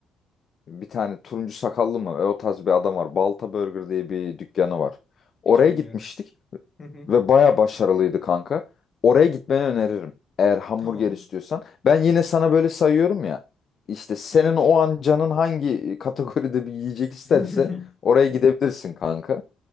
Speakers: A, on the left; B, on the left.
A: Bir tane turuncu sakallı mı? E, o tarz bir adam var. Balta Burger diye bir dükkanı var. Oraya
B: Hiç bilmiyorum.
A: gitmiştik.
B: Hı hı.
A: Ve baya başarılıydı kanka. Oraya gitmeni öneririm. Eğer hamburger
B: Tamam.
A: istiyorsan. Ben yine sana böyle sayıyorum ya. İşte senin
B: Evet.
A: o an canın hangi kategoride bir yiyecek isterse
B: <laughs>
A: oraya gidebilirsin kanka.